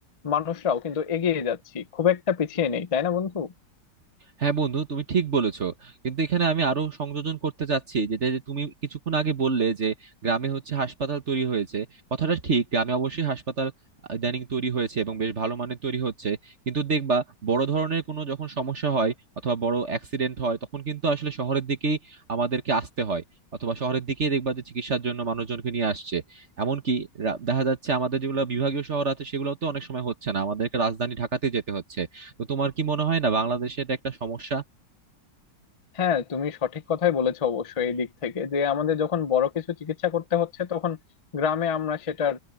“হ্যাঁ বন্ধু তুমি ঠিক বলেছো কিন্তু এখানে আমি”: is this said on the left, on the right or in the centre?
Right